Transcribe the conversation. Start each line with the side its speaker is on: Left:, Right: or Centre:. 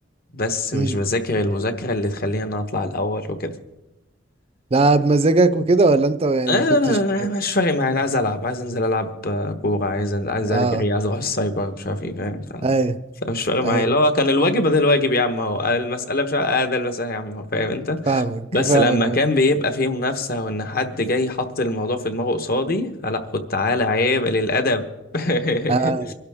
Left: بس
Right: مم.
Left: مش بذاكر المذاكرة اللي تخليني انا اطلع الاول وكده
Right: ده بمزاجك وكده ولا انت يعني
Left: آه
Right: ما كنتش
Left: مش فارق معايا انا عايز العب عايز انزل العب آه، كوره عايز عايز
Right: اه
Left: اجري عايز اروح السايبر مش عارف ايه فاهم ف-
Right: ايوه
Left: فمش فارق
Right: ايوه
Left: معايا اللي هو كان الواجب ده الواجب يا عم اهو المساله مش عارف- آه ده المساله يا عم اهو فاهم انت
Right: فاهمك
Left: بس
Right: فاهمك
Left: لما
Right: أوي.
Left: كان بيبقى فيه منافسه وان حد جاي حط الموضوع في دماغه قصادي فلا خد تعالى عيب للادب <laughs>
Right: آه.